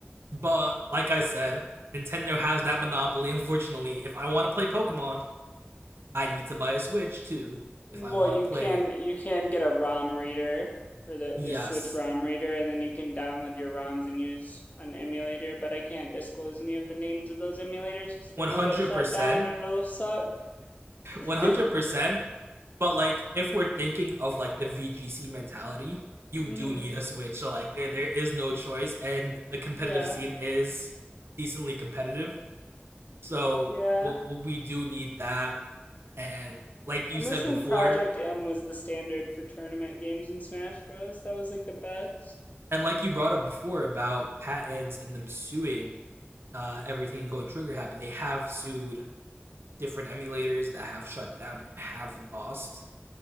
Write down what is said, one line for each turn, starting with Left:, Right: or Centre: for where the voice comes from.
Right: but like i said nintendo has that monopoly unfortunately if i want to play pokemon i need to buy a switch too
Left: Well,
Right: if i want
Left: you
Right: to play
Left: can you can get a ROM reader for the
Right: yes
Left: a Switch ROM reader, and then you can download your ROMs and use an emulator. But I can't disclose any of the names of those emulators because then
Right: 100%.
Left: they'll get shut down and it'll suck. <laughs>
Right: 100%. <laughs> But like if we're thinking of like the VGC mentality, you
Left: hmm
Right: do need a switch. So like there there is no choice and the competitive
Left: Yeah,
Right: scene is decently competitive. So
Left: yeah.
Right: we'll, we do need that and like you
Left: I miss
Right: said
Left: when
Right: before
Left: Project M was the standard for tournament games in Smash Bros. That was like the best.
Right: and like you brought up before about patents and them suing uh, everything and going trigger happy, they have sued different emulators that have shut down and have lost